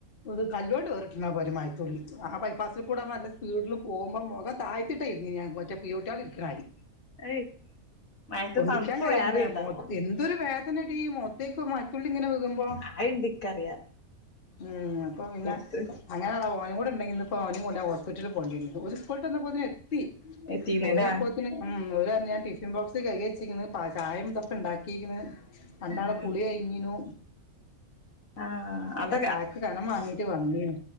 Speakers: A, on the left; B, on the left.
A: ഇത് കല്ലോട്ട് ഏർട്ട്ണ പോലെ തുള്ളി ആ ബൈപ്പാസിൽ കൂടെ നല്ല സ്പീഡിൽ പോക്മ്പോ മൊഖം തായ്ത്തിട്ടാ ഇര്ന്നിര്ന്ന് ഞാൻ മറ്റേ പിയ്യുട്ട്യേൾ ഇരിക്കണമാരി
B: ഏയ് മഴയത്ത്
A: പൊന്തിക്കാൻ
B: തണുപ്പ്
A: കയ്യണ്ട
B: വേറെണ്ടാവും
A: മ എന്തൊരു വേ നേടി മൊത്തേക്ക മ യത്തുള്ളിങ്ങനെ വ്ഗ്ഗ്മ്പോ
B: അത്ണ്ട് ഇക്കറിയാ
A: ഉം അപ്പൊ പിന്നെ
B: പുത്ത്
A: അങ്ങനെ ഓന് കൂടെയുണ്ടെങ്കിൽ ഇന്ന് ഇപ്പം ഓനേ കൊണ്ട് വീട്ടിൽപോകേണ്ടിവന്നെനെ ഓര് സ്കൂള്ട്ട് വന്നപ്പോതിനെ എത്തി
B: എത്തീന്ല്ലേ
A: ഓര് അപ്പോ ഉം ഓലർഞ് ഞാൻ ടിഫിൻ ബോക്സ് കൈകിച്ച്ക്ക്ണ് പ ചായീം തൊക്കെ ണ്ടാക്കീക്ക്ണ് രണ്ടാളെ
B: ഉം
A: കുളി കഴിഞ്ഞിനു
B: ആഹ്
A: പിന്നെ
B: അത
A: ചായക്ക് കനം വാങ്ങിട്ട് വന്നീനു